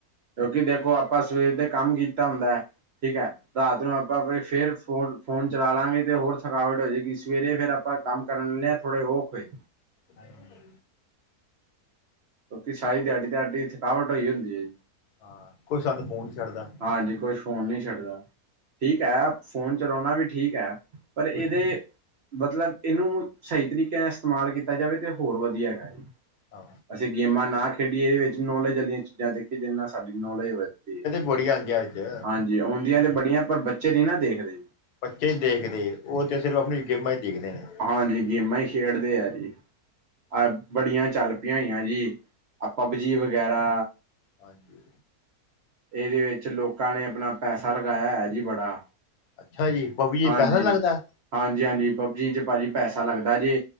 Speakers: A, on the right; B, on the left.
A: ਕਿਉਂਕਿ ਦੇਖੋ, ਆਪਾ ਸਵੇਰ ਦੇ ਕੰਮ ਕੀਤਾ ਹੁੰਦਾ ਹੈ, ਠੀਕ ਹੈ, ਰਾਤ ਨੂੰ ਆਪਾਂ ਫਿਰ ਫੋ ਫੋਨ ਚਲਾਂਲਗੇ, ਤੇ ਹੋਰ ਥਕਾਵਟ ਹੋਜੇਗੀ, ਸਵੇਰੇ ਫਿਰ ਆਪਾਂ ਕੰਮ ਕਰਨ ਲੈਂਨੇ ਹਾਂ, ਥੋੜਾ ਔਖ ਹੋਏ।
B: ਬਦਲੇ
A: ਕਿਉਂਕੀ ਸ਼ਾਹੀ ਦੀਹਾਡੀ ਤੇ ਹਾਡੀ ਥਕਾਵਟ ਹੋਈ ਹੁੰਦੀ ਏ।
B: ਹਾਂ, ਕੁਛ ਸਾਨੂੰ ਫੋਨ ਨੀ ਛੱਡਦਾ।
A: ਹਾਂਜੀ, ਕੁਛ ਫੋਨ ਨਹੀਂ ਛੱਡਦਾ। ਠੀਕ ਐ, ਫੋਨ ਚਲਾਉਣਾ ਵੀ ਠੀਕ ਐ, ਪਰ ਇਹਦੇ
B: ਹਾਂਜੀ
A: ਮਤਲਬ ਇਹਨੂੰ, ਸਹੀ ਤਰੀਕਿਆਂ ਨਾਲ ਇਸਤੇਮਾਲ ਕੀਤਾ ਜਾਵੇ, ਤੇ ਹੋਰ ਵਧੀਆ ਹੈਗਾ।
B: ਹਾ
A: ਅਸੀਂ ਗੇਮਾਂ ਨਾ ਖੇਡੀਏ ਇਹਦੇ ਵਿੱਚ ਨੌਲੇਜ ਵਾਲੀਆਂ ਚੀਜ਼ਾਂ ਦੇਖੀਏ ਜਿਹਦੇ ਨਾਲ ਸਾਡੀ ਨੌਲੇਜ ਵਧਦੀ ਹੈ।
B: ਕੁੜੀਆ ਅਗੇ ਆਈ ਦੀਆ।
A: ਹਾਂਜੀ। ਆਉਂਦੀਆਂ ਤੇ ਬੜੀਆਂ ਪਰ ਬੱਚੇ ਨੀ ਨਾ ਦੇਖਦੇ।
B: ਬੱਚੇ ਹੀ ਦੇਖਦੇ ਉਹ ਤਾਂ ਸਿਰਫ ਆਪਣੀਆਂ ਗੇਮਾਂ ਹੀ ਦੇਖਦੇ ਨੇ।
A: ਹਾਂਜੀ ਗੇਮਾਂ ਹੀ ਖੇਡਦੇ ਆ ਜੀ। ਅਹ ਬੜੀਆਂ ਚੱਲ ਪਈਆਂ ਹੋਈਆਂ ਜੀ ਅਹ ਪਬਜੀ ਵਗੈਰਾ।
B: ਹਾਂਜੀ।
A: ਇਹਦੇ ਵਿੱਚ ਲੋਕਾਂ ਨੇ ਆਪਣਾ ਪੈਸਾ ਲਗਾਇਆ ਹੈ ਜੀ ਬੜਾ।
B: ਅੱਛਾ ਜੀ ਪਬਜੀ
A: ਹਾਂਜੀ
B: 'ਚ ਪੈਸਾ ਲੱਗਦਾ ਹੈ।
A: ਹਾਂਜੀ, ਹਾਂਜੀ ਪਬਜੀ 'ਚ ਭਾਜੀ ਪੈਸਾ ਲੱਗਦਾ ਜੇ